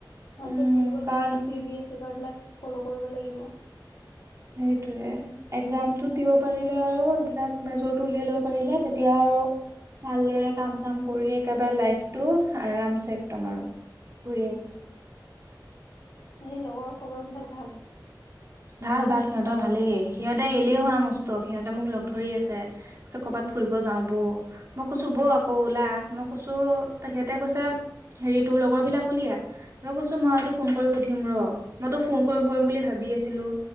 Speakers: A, on the left; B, on the right.
A: ভালকে
B: উম
A: পঢ়িব
B: কাৰণ
A: লাগিব প্ৰিভিয়চ পেপাৰবিলাক ফ'ল' কৰিব লাগিব।
B: সেইটোৱে একজামটো দিব পাৰিলে আৰু এইবিলাক মেজৰটো উলিয়াই লব পাৰিলে তেতিয়া আৰু ভালদৰে
A: উম
B: কাম চাম কৰি একেবাৰে লাইফটো আৰামছে একদম আৰু। ঘূৰিম।
A: এনেই লগৰ খবৰবিলাক ভাল?
B: ভাল-ভাল সিহঁতৰ ভালেই, সিহঁতে এলেহুৱা মস্ত সিহঁতে মোক লগ ধৰি আছে। ছে কৰবাত
A: উম
B: ফুৰিব যাও বৌ, মই কৈছো
A: উম
B: বৌ আকৌ ওলা, মই কৈছো সিহঁতে কৈছে হেৰি তোৰ লগৰ বিলাক উলিয়া। মই কৈছো মই
A: উম
B: আজি ফোন কৰি সুধিম ৰ। মই তো ফোন কৰিম-কৰিম
A: উম
B: বুলি ভাবি আছিলো। লো